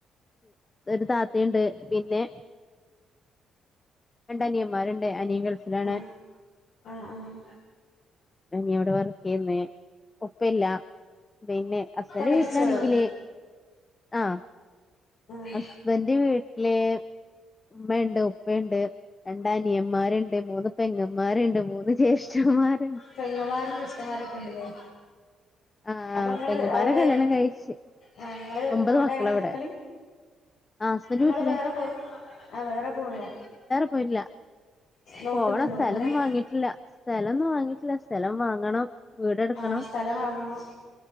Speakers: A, on the left; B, on the left.
A: ഒരു താത്തിയുണ്ട് പിന്നെ രണ്ട് അനിയന്മാരുണ്ട് അനിയൻ ഗൾഫിലാണ്
B: ആഹ് ആഹ് ആഹ്
A: നീ എവിടെ വർക്ക് ചെയ്യുന്നേ ഒപ്പില്ല പിന്നെ അസ്ബന്റെ
B: ഇപ്പ മരിച്ചോയോ
A: വീട്ടിലാണെങ്കില് ആഹ്
B: ആഹ്
A: അസ്ബൻ ന്റെ വീട്ടില് ഉമ്മണ്ട് ഉപ്പണ്ട് രണ്ട് അനിയന്മാരുണ്ട് മൂന്ന് പെങ്ങന്മാരുണ്ട് മൂന്ന് ജ്യേഷ്ഠന്മാരുണ്ട്
B: പെങ്ങന്മാരും ജസ്റ്റന്മാരൊക്കെ ഇണ്ട്ലേ
A: ആഹ്
B: അപ്പൊ ങ്ങള്
A: പെങ്ങന്മാരെ
B: അവിടെ
A: കല്യാണം കഴിച്ച്
B: ആ ങ്ങള്
A: ഒമ്പത്
B: അവിടെണ്
A: മക്കളാ ഇവിടെ
B: നിക്കല്
A: ആഹ് ഹസ്ബൻഡ്
B: ങ്ങള്
A: വീട്ടില്
B: വേറെ പോ ആഹ് വേറെ പോയോ
A: പോയിട്ടില്ല
B: നോക്കുന്നുണ്ടോ
A: പോകണം സ്ഥലംന്നും
B: പുരം
A: വാങ്ങിട്ടില്ല സ്ഥലംന്നും വാങ്ങിയിട്ടില്ല സ്ഥലം വാങ്ങണം വീടെടുക്കണം
B: ആ സ്ഥലം വാങ്ങണം